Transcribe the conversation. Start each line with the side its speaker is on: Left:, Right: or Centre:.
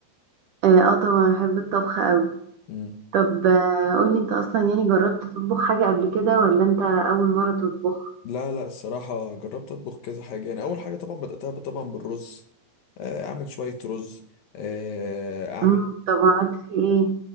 Right: اه آه، طبعا بحب الطبخ قوي
Left: مم.
Right: طب آه، قولي انت اصلا يعني جربت تطبخ حاجة قبل كده ولا انت اول مرة تطبخ
Left: لا لا الصراحة جربت أطبخ كذا حاجة يعني أول حاجة طبعا بدأتها طبعا بالرز آه، أعمل شوية رز آه، أعمل
Right: امم طب عملت في ايه